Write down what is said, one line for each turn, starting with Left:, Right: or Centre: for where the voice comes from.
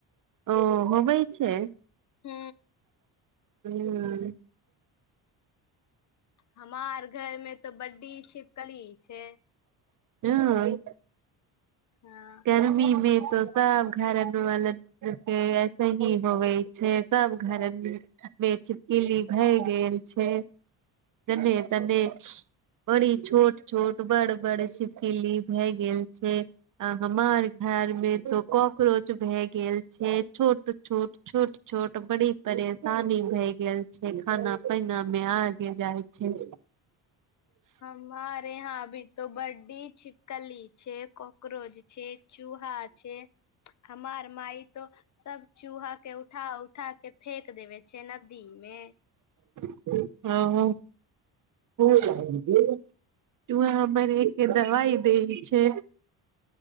Right: ओ होबै छै
Left: हू
Right: हू
Left: हमार घर में तो बड्डी छिपकली छै
Right: हँ
Left: हँ
Right: गर्मी मे तो सब घरदु वाल के ऐसे ही होवे छै सब सब घर मेच पिली भए गेल छै जने तने बड़ी छोट छोट बड़ बड़ सिपकिली भए गेल छै हमार घर मे तो कॉकरोच भए गेल छै छोट छोट छोट छोट बड़ी परेशानी भए गेल छै खाना पहिना मे आगे जाइ छै
Left: हमार यहाँ हाभी तो बड्डी छिपकली छै कॉक्रोच छै चूहा छै हमार माई तो सब चूहा के उठा उठा के फेेक देवै छै नदी मे मे
Right: हँ <unintelligible> चुहा मरै के दवाइ दै छै